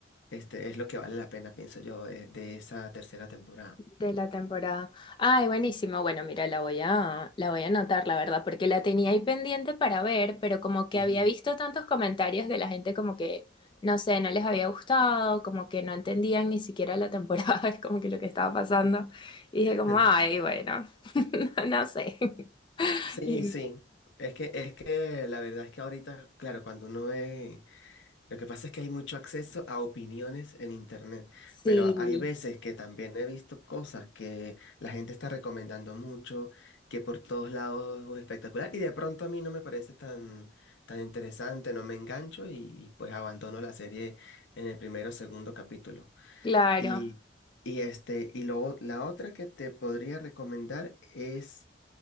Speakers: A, on the left; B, on the left.
A: este, es lo que vale la pena, pienso yo, de, de esa tercera temporada.
B: de la temporada. Ay, buenísimo. Bueno, mira, la voy a, la voy a anotar, la verdad, porque la tenía ahí pendiente para ver, pero como que
A: Ujú.
B: había visto tantos comentarios de la gente como que, no sé, no les había gustado, como que no entendían ni siquiera la temporada, <laughs> es como que lo que estaba pasando. Y dije
A: <laughs>
B: como, ay, bueno, <laughs> no, no sé. <laughs>
A: Sí,
B: Y-
A: sí. Es que, es que la verdad es que ahorita, claro, cuando uno ve Lo que pasa es que hay mucho acceso a opiniones en internet,
B: Sí,
A: pero hay veces que también he visto cosas que la gente está recomendando mucho, que por todos lados es espectacular, y de pronto a mí no me parece tan, tan interesante, no me engancho y, y pues abandono la serie en el primero o segundo capítulo.
B: claro.
A: Y, y, este, y luego la otra que te podría recomendar es